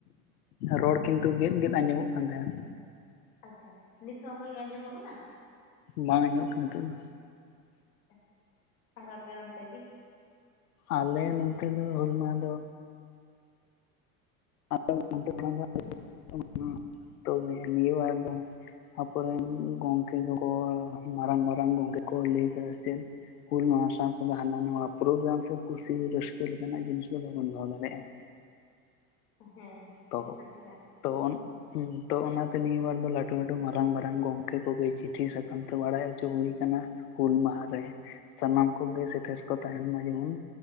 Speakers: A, on the left; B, on the left.
A: ᱨᱚᱲ ᱠᱤᱱᱛᱩ ᱜᱮᱫᱼ ᱜᱮᱫ ᱟᱸᱡᱚᱢᱚᱜ ᱠᱟᱱ ᱛᱟᱦᱮᱸᱫ?
B: ᱟᱪᱪᱷᱟ ᱱᱤᱛ ᱦᱚᱸ ᱚᱱᱠᱟ ᱜᱮ ᱟᱸᱡᱚᱢᱚᱜ ᱠᱟᱱᱟ?
A: ᱵᱟᱝ ᱟᱸᱡᱚᱢᱚᱜ ᱠᱟᱱᱟ ᱱᱤᱛᱚᱜ ᱫᱚ᱾
B: ᱟᱪᱪᱷᱟ ᱟᱨ ᱟᱯᱮ ᱚᱱᱛᱮ ᱜᱮᱼᱼ
A: ᱟᱞᱮ ᱱᱚᱱᱚᱛᱮ ᱫᱚ ᱦᱩᱞ ᱢᱟᱦᱟ ᱫᱚᱼᱼ ᱛᱚᱵᱮ <unintelligible> ᱱᱤᱭᱟᱹ ᱵᱟᱨ ᱫᱚ᱾ ᱟᱠᱚᱨᱮᱱ ᱜᱚᱝᱠᱮ ᱠᱚ ᱢᱟᱨᱟᱝ ᱢᱟᱨᱟᱝ ᱜᱚᱢᱠᱮ ᱠᱚ ᱞᱟᱹᱭ ᱠᱟᱫᱟ ᱥᱮ? ᱦᱩᱞ ᱢᱟᱦᱟ ᱥᱟᱶᱛᱮᱫᱚ ᱦᱟᱱᱟ ᱱᱟᱣᱟ ᱯᱨᱳᱜᱨᱟᱢ ᱥᱮ ᱠᱩᱥᱤ ᱨᱟᱹᱥᱠᱟᱹ ᱞᱮᱠᱟᱱᱟᱜ ᱡᱤᱱᱤᱥ ᱫᱚ ᱵᱟᱵᱚᱱ ᱫᱚᱦᱚ ᱫᱟᱲᱮᱭᱟᱜᱼᱟ᱾
B: ᱦᱮᱸ
A: ᱛᱚ
B: ᱟᱪᱪᱷᱟ
A: ᱛᱚ ᱦᱮᱸ ᱛᱚ ᱚᱱᱟᱛᱮ ᱱᱤᱭᱟᱹ ᱵᱟᱨ ᱫᱚ ᱞᱟᱹᱴᱩ ᱞᱟᱹᱴᱩ ᱢᱟᱨᱟᱝ ᱢᱟᱨᱟᱝ ᱜᱚᱝᱠᱮ ᱠᱚᱜᱮ ᱪᱤᱴᱷᱤ ᱥᱟᱠᱟᱢ ᱛᱮ ᱵᱟᱲᱟᱭ ᱦᱚᱪᱚ ᱦᱩᱭ ᱟᱠᱟᱱᱟ᱾ ᱦᱩᱞ ᱢᱟᱦᱟᱸᱨᱮ ᱥᱟᱱᱟᱢ ᱠᱚᱜᱮ ᱥᱮᱴᱮᱨ ᱠᱚ ᱛᱟᱦᱮᱱ ᱢᱟ ᱡᱮᱢᱚᱱ᱾